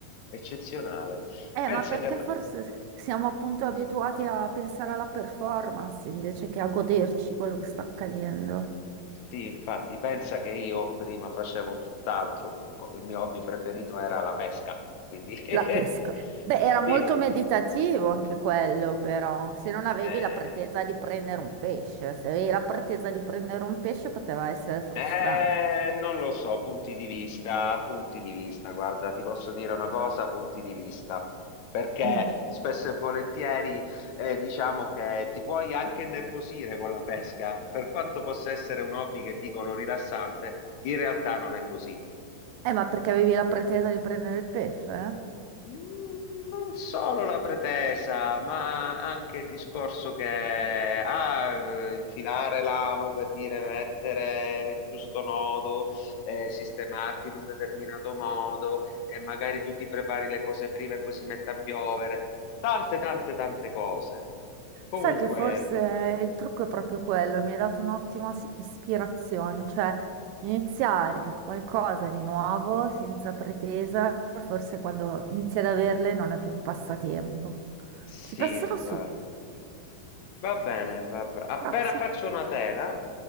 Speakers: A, on the left (about 70°); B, on the right (about 75°).
A: eccezionale.
B: Eh,
A: Pensa
B: ma perché
A: che...
B: forse siamo appunto abituati a pensare alla performance invece che a goderci quello che sta accadendo?
A: Sì, infatti, pensa che io prima facevo tutt'altro, co- co- il mio hobby preferito era la pesca, quindi... <laughs>
B: La Eh, pesca. eh, Beh,
A: Sì,
B: era molto
A: sì.
B: eh, meditativo anche quello, però, se non avevi
A: Eh,
B: la pretesa di prendere un pesce, se avevi la pretesa di prendere un pesce poteva essere frustrante.
A: Eh, non lo so, punti di vista, punti di vista, guarda, ti posso dire una cosa, punti di vista, perché
B: Mm.
A: spesso e volentieri eh, diciamo che ti puoi anche innervosire con la pesca, per quanto possa essere un hobby che dicono rilassante, in realtà non è così.
B: Eh, ma perché avevi la pretesa di prendere il pesce? eh?
A: Mm, Non solo la pretesa, ma anche il discorso che ah, eh, infilare l'amo per dire mettere il giusto nodo, eh, sistemarti in un determinato modo e magari tu ti prepari le cose prima e poi si mette a piovere. Tante, tante, tante cose. Comunque,
B: Sai che forse il trucco è proprio quello, mi hai dato un'ottima si- ispirazione, cioè iniziare qualcosa di nuovo senza pretesa, forse quando inizi ad averle non è più un passatempo.
A: sì,
B: Ci passerò su.
A: va va bene, Barbara. Appena
B: Grazie.
A: faccio una tela,